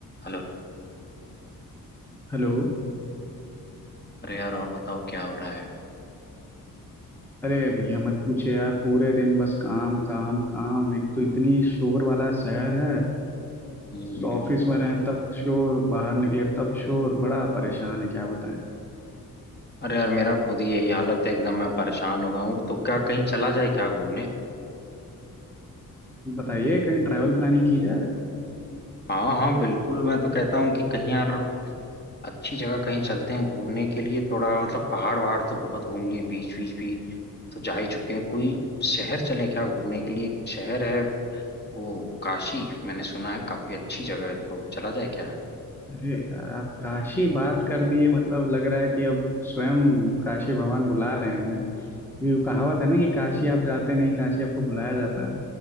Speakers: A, on the left; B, in the centre.
A: Hello
B: Hello
A: अरे यार और बताओ क्या हो रहा है
B: अरे भैया मत पूछे यार पूरे दिन बस काम काम काम एक तो इतनी शोर वाला शहर है
A: हम्म
B: ऑफिस में रहें तब शोर बाहर निकले तब शोर बड़ा परेशान है क्या बताएं
A: अरे यार मेरा खुद ही यही हालत है एकदम मैं परेशान हो गया हूँ तो क्या कहीं चला जाए क्या घूमने
B: बताइए कहीं ट्रैवल प्लानिंग की जाए
A: हाँ हाँ बिल्कुल मैं तो कहता हूँ कि कहीं यार अच्छी जगह कहीं चलते हैं घूमने के लिए थोड़ा मतलब पहाड़ वहाड़ तो बहुत घूम लिए बीच बीच भी तो जा ही चुके हैं कोई शहर चलें क्या घूमने के लिए एक शहर है वो काशी मैंने सुना है काफी अच्छी जगह है तो चला जाए क्या
B: अरे यार आप काशी बात कर दिए मतलब लग रहा है कि अब स्वयं काशी भगवान बुला रहे हैं हमें क्योंकि वो कहावत है ना कि काशी आप जाते नहीं काशी आपको बुलाया जाता है